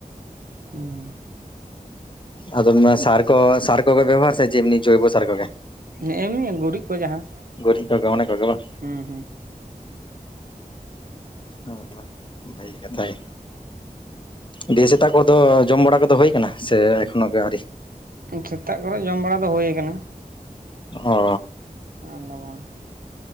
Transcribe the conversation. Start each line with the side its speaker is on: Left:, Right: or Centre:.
Right: ᱩᱸ
Left: ᱟᱫᱚ ᱥᱟᱨ ᱠᱚ ᱥᱟᱨ ᱠᱚ ᱜᱮ ᱵᱮᱵᱚᱦᱟᱨ ᱥᱮ ᱡᱮ ᱮᱢᱱᱤ ᱡᱚᱭᱵᱚ ᱥᱟᱨ ᱠᱚ ᱜᱮ
Right: ᱱᱮ ᱮᱢᱱᱤ ᱜᱩᱨᱤᱡ ᱠᱚ ᱡᱟᱦᱟᱸ,
Left: <inaudible> ᱢᱚᱱᱮ ᱠᱚᱜᱮ ᱵᱟᱝ
Right: ᱦᱮᱸ
Left: <inaudible> ᱚ ᱵᱷᱟᱜᱮ ᱠᱟᱛᱷᱟᱭ ᱫᱤᱭᱮ ᱥᱮᱛᱟᱜ ᱠᱚᱨᱮ ᱫᱚ ᱡᱚᱢ ᱵᱟᱲᱟ ᱠᱚᱫᱚ ᱦᱩᱭ ᱠᱟᱱᱟ ᱥᱮ ᱮᱠᱷᱚᱱᱳ ᱜᱮ ᱟᱹᱣᱨᱤ?
Right: ᱥᱮᱛᱟᱜ ᱠᱚᱨᱮ ᱡᱚᱢ ᱵᱟᱲᱟ ᱫᱚ ᱦᱩᱭ ᱠᱟᱱᱟ,
Left: ᱦᱚ
Right: ᱮᱱ ᱫᱚ ᱵᱟᱝ,